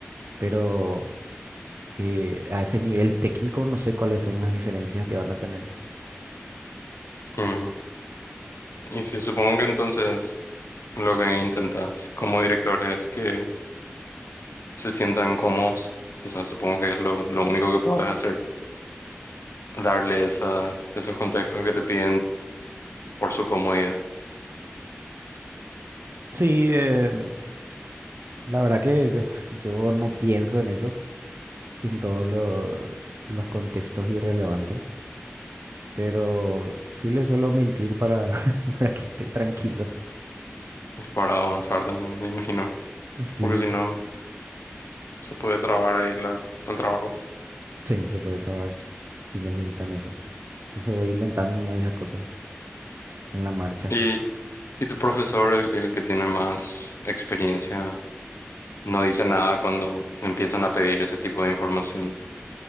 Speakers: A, on the right (about 65°); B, on the left (about 80°).
A: pero eh, a ese nivel técnico no sé cuáles son las diferencias que van a tener.
B: ujú. Y sí, supongo que entonces lo que intentas como director es que se sientan cómodos. O sea, supongo que es lo, lo único que puedes hacer, darle esa, esos contextos que te piden por su comodidad
A: Sí, eh, la verdad que <laughs> yo no pienso en eso. en todos lo- los contextos irrelevantes, pero sí les suelo mentir para, <laughs> para que estén tranquilos.
B: para avanzar también, me imagino.
A: Sí,
B: Porque si
A: s-
B: no... se puede trabajar ahí la, el trabajo.
A: sí, se puede trabajar si necesitan eso. Entonces voy inventando nomás ya cosas en la marcha.
B: Y, y tu profesor, el, el que tiene más experiencia, no dice nada cuando empiezan a pedir ese tipo de información.